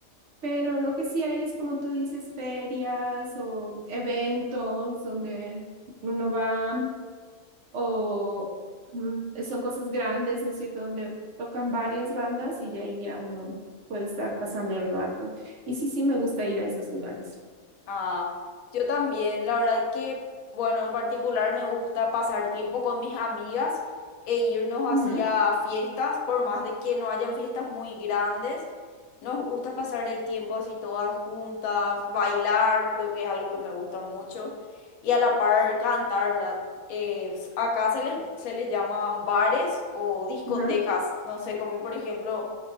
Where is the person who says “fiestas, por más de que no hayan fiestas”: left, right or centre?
Left